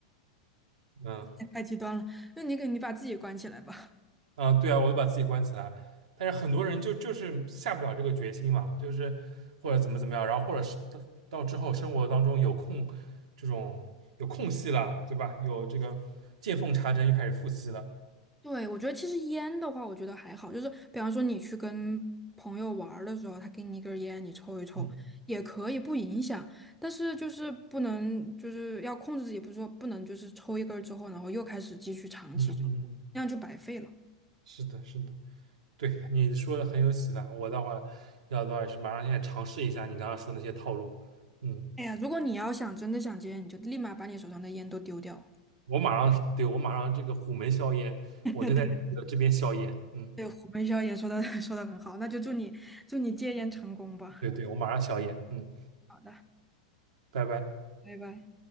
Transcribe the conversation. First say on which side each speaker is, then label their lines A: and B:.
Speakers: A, on the right; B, in the centre.
A: 嗯
B: 太太极端了，那你给你把自己关起来吧。<laughs>
A: 啊，对啊，我就把自己关起来。但是很多人就就是下不了这个决心嘛，就是或者怎么怎么样，然后或者是到到之后生活当中有空这种有空隙了，对吧？有这个见缝插针又开始复吸了。
B: 对，我觉得其实烟的话，我觉得还好，就是比方说你去跟朋友玩儿的时候，他给你一根烟，你抽一抽也可以，
A: 嗯
B: 不影响。但是就是不能，就是要控制自己，不是说不能就是抽一根儿之后，然后又开始继续长期抽，
A: 嗯嗯，嗯
B: 那样就白费了。
A: 是的，是的，对，你说的很有启发。我待会儿要的话是马上现在尝试一下你刚刚说那些套路。嗯，
B: 哎呀，如果你要想真的想戒烟，你就立马把你手上的烟都丢掉。
A: 我马上，对，我马上这个虎门销烟，
B: <laughs>
A: 我就在这个这边销烟。嗯，
B: 对，虎门销也说的 <laughs> 说的很好，那就祝你祝你戒烟成功吧。
A: 对对，我马上销烟。嗯，
B: 好的，
A: 拜拜。
B: 拜拜。